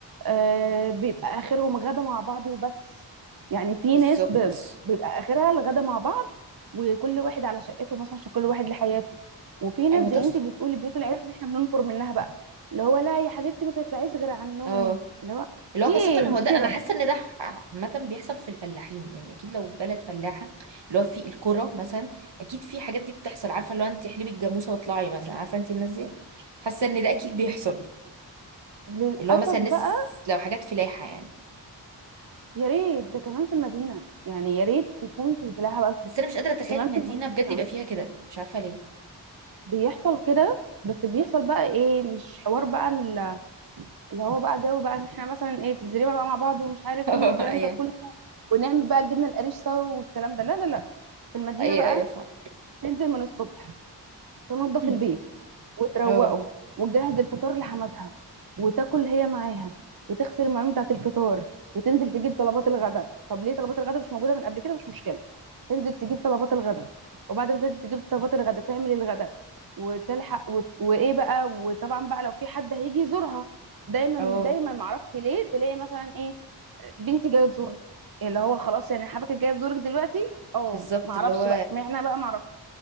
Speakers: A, on the right; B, on the right.
A: آه بيبقى آخرهم غدا مع بعض وبس يعني في
B: بالظبط
A: ناس ب... بيبقى آخرها الغدا مع بعض وكل واحد على شقته مثلا عشان كل واحد لحياته وفي ناس
B: ايوه
A: زي
B: ده
A: انت
B: ص-
A: بتقولي بيوت العيلة اللي احنا بننفر منها بقى اللي هو لا يا حبيبتي ما تطلعيش غير على النوم
B: اه
A: اللي هو
B: اللي هو
A: ايه
B: خاصة
A: مش
B: هو ده
A: كده
B: انا حاسة ان ده ح- عامة بيحصل في الفلاحين يعني اكيد لو بلد فلاحة اللي هو في الكرة مثلا اكيد في حاجات دي بتحصل عارفة اللي هو انت احلبي الجاموسة واطلعي مثلا عارفة انت الناس دي حاسة ان ده اكيد بيحصل
A: للأسف
B: اللي هو مثلا
A: بقى
B: ناس لو حاجات فلاحة يعني
A: يا ريت ده كمان في المدينة يعني يا ريت يكون في الفلاحة بس
B: بس انا مش قادرة اتخيل
A: كمان
B: المدينة
A: في المدينة
B: بجد يبقى فيها كده مش عارفة ليه
A: بيحصل كده بس بيحصل بقى ايه مش حوار بقى ال- اللي هو بقى جو بقى ان احنا مثلا ايه في الزريبه بقى مع بعض ومش عارف
B: <laughs> اه
A: مين والكلام
B: ايوه
A: ده كله ونعمل بقى الجبنه القريش سوا والكلام ده لا لا لا في المدينه
B: ايوه
A: بقى
B: ايوه فاهم
A: تنزل من الصبح تنضف
B: <laughs>
A: البيت وتروقه
B: <coughs> اه
A: وتجهز الفطار لحماتها وتاكل هي معاها وتغسل المواعين بتاعت الفطار وتنزل تجيب طلبات الغداء طب ليه طلبات الغداء مش موجوده من قبل كده مش مشكله تنزل تجيب طلبات الغداء وبعد ما تنزل تجيب طلبات الغداء تعمل الغداء وتلحق وت... وايه بقى وطبعا بقى لو في حد هيجي يزورها دايما
B: اه
A: دايما معرفش ليه تلاقي مثلا ايه بنتي جايه تزورنا اللي هو خلاص يعني حبك جايه تزورك دلوقتي اه
B: بالظبط
A: معرفش
B: اللي هو
A: بقى اشمعنى بقى معرفش